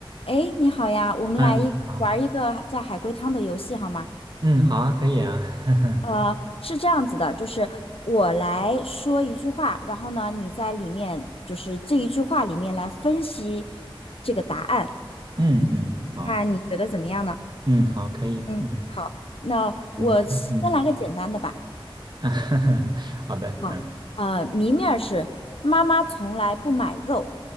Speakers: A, on the left (about 80°); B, on the right (about 50°).
A: 哎，你好呀，我们来一玩一个叫海龟汤的游戏好吗？
B: 嗯，你好，嗯，好啊，可以啊，<laughs>
A: 呃，是这样子的，就是我来说一句话，然后呢，你在里面就是这一句话里面来分析这个答案，
B: 嗯嗯，好，
A: 看你觉得怎么样呢？
B: 嗯好，可以，
A: 嗯，
B: 嗯，
A: 好，那我先来个简单的吧。
B: 你说，嗯，<laughs> 好的，
A: 好，
B: 嗯
A: 呃，谜面儿是妈妈从来不买肉，